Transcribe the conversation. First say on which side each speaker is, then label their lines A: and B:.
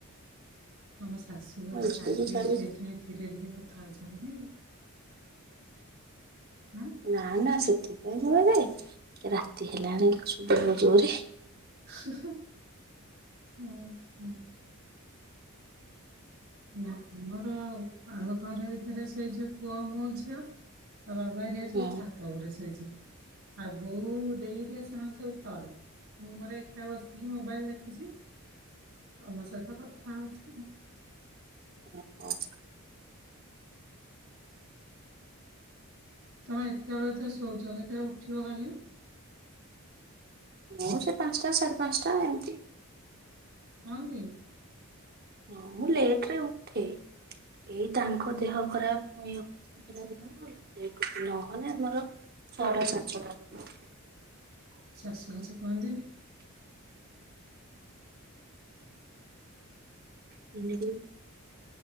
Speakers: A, on the right; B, on the right.
A: ତମ ଶାଶୁ ବୋଧେ
B: ମୁଁ ଏତିକି
A: ରାାଗିବେ
B: କଲି
A: ସେଇଥିାଇଁ ଧୀରେ ଧୀରେ କଥା ଥା ହୋଉଛ ନାଇ କି? ଉଁ।
B: ନା ନା ସେଥିପାଇଁ ନୁହେ ଜେ ରାତି ହେଲାଣି ଶୁଵାଯିବ ଜୋରେ।
A: ହୁଁ ହଁ। ନା ଆମର ଆମ ଘର ଭିତରେ ସେଇ ଯୋଉ ପୁଅ ମୋ ଝିଅ ତା ବାବା ହେରିକା ସବୁ
B: ହୁଁ
A: ଛାତ ଉପରେ ଶୋଇଛନ୍ତି। ଆଉ ବୋଉ ଦେଇ ହେରିକା ସେମାନେ ସବୁ ତଳେ। ମୁଁ ମୋର ଏକା ବସିକି ମୋବାଇଲ୍ ଦେଖୁଛି। ତମ ସହିତ କଥା ହଉଚି।
B: ଓହୋ।
A: ତମେ ଏତେବେଳେତ ଶୋଉଛ କେତେବେଳେ ଉଠିବ କାଲି?
B: ମୁଁ ସେ ପାଞ୍ଚଟା ସାଢେ ପାଞ୍ଚଟା ଏମିତି।
A: ହଁକି।
B: ହଁ ମୁଁ ଲେଟରେ ଉଠେ ଏଇ ତାଙ୍କ ଦେହ ଖରାପ ହେ ଦିନ ନହଲେ ଆମର ଟା ସାତଟ <unintelligible>
A: ସାସୁ କିଛି କୁହନ୍ତିନି?
B: ଦେ ଦ